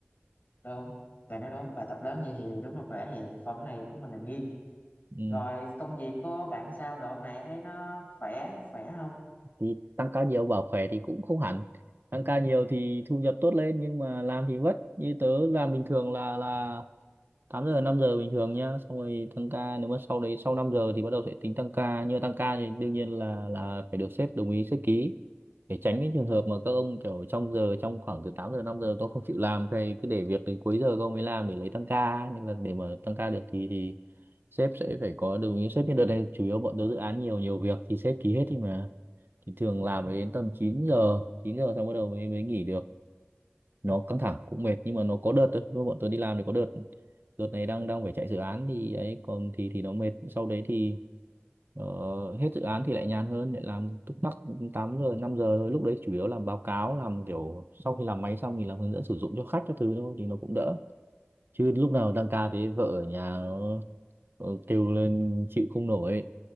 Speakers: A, on the left (about 45°); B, on the right (about 55°).
A: đúng bạn nói đúng bài tập lớn vậy thì đúng là khỏe thiệt còn cái này của mình là riêng
B: ừ.
A: rồi công việc của bạn sao độ này thấy nó khỏe khỏe không
B: thì tăng ca nhiều bảo khỏe thì cũng không hẳn tăng ca nhiều thì thu nhập tốt lên nhưng mà làm thì vất như tớ làm bình thường là là 8 giờ 5 giờ bình thường nhá xong rồi tăng ca nếu mà sau đấy sau 5 giờ thì bắt đầu sẽ tính tăng ca nhưng mà tăng ca thì đương nhiên là là phải được sếp đồng ý sếp ký để tránh cái trường hợp mà các ông kiểu trong giờ trong khoảng từ 8 giờ 5 giờ tôi không chịu làm thì cứ để việc đến cuối giờ các ông mới làm để lấy tăng ca ấy. nên là để mà tăng ca được thì thì sếp sẽ phải có đồng ý sếp như đợt này chủ yếu bọn tớ dự án nhiều nhiều việc thì sếp ký hết đi mà thì thường làm phải đến tầm 9 giờ chín giờ xong bắt đầu mới mới nghỉ được nó căng thẳng cũng mệt nhưng mà nó có đợt thôi Lúc bọn tôi đi làm thì có đợt đợt này đang đang phải chạy dự án thì ấy còn thì thì nó mệt sau đấy thì ờ, hết dự án thì lại nhàn hơn lại làm túc tắc 8 giờ 5 giờ thôi lúc đấy chủ yếu làm báo cáo làm kiểu sau khi làm máy xong thì làm hướng dẫn sử dụng cho khách các thứ thôi thì nó cũng đỡ chứ lúc nào tăng ca thế vợ ở nhà nó, nó kêu lên chịu không nổi